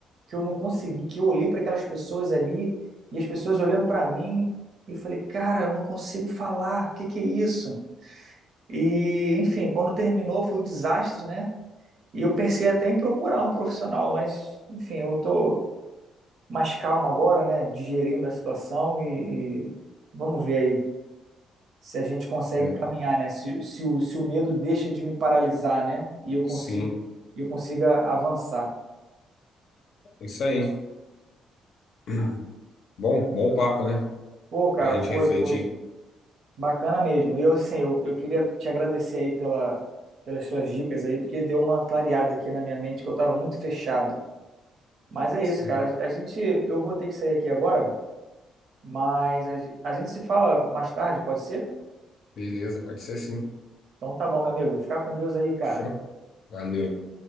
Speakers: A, on the right; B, on the left.
A: que eu não consegui, que eu olhei para aquelas pessoas ali e as pessoas olhando para mim e eu falei, cara, eu não consigo falar, o que que é isso? E, enfim, quando terminou foi o desastre, né? E eu pensei até em procurar um profissional, mas, enfim, eu tô mais calmo agora, né? Digerindo a situação e, e vamos ver aí se a gente consegue
B: é.
A: caminhar, né? Se, se o, se o medo deixa de me paralisar, né? E eu consigo,
B: Sim,
A: e eu consiga avançar.
B: é isso aí. <clears throat> Bom, bom papo, né?
A: Pô, cara,
B: Pra gente
A: foi,
B: refletir.
A: foi bacana mesmo. E eu, assim, eu, eu queria te agradecer aí pela, pelas suas dicas aí, porque deu uma clareada aqui na minha mente que eu tava muito fechado. Mas
B: É
A: é
B: Isso
A: isso, cara.
B: aí.
A: A gente, eu vou ter que sair aqui agora. Mas a, ge- a gente se fala mais tarde, pode ser?
B: Beleza, pode ser sim.
A: Então tá bom, meu amigo. Fica com Deus aí, cara.
B: Fechou? Valeu.